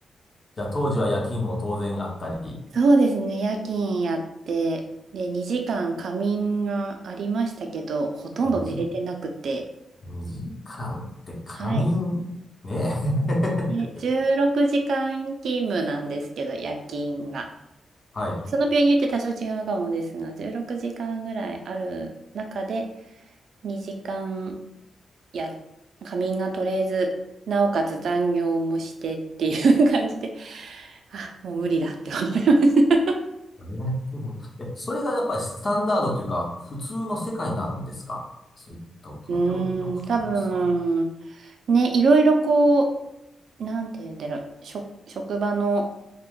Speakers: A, on the left (about 40°); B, on the right (about 75°).
A: じゃあ当時は夜勤も当然あったり、
B: そうですね、夜勤やって、で、2時間仮眠がありましたけど、ほとんど寝れてなくて、
A: 2時、2時間って仮眠、
B: はい。
A: ねえ。
B: ね、16時間勤務なんですけど、夜勤が。
A: <laughs> はい。
B: その病院によって多少違うかもですが、16時間ぐらいある中で、2時間や、仮眠が取れず、なおかつ残業もしてっていう感じで、<laughs> あ、もう無理だって思いました。
A: あれがやっても、え、それがやっぱりスタンダードというか、普通の世界なんですかそういった大きな病院の看護師さんは。
B: うーん、多分、ね、いろいろこう、なんて言うんだろう、職、職場の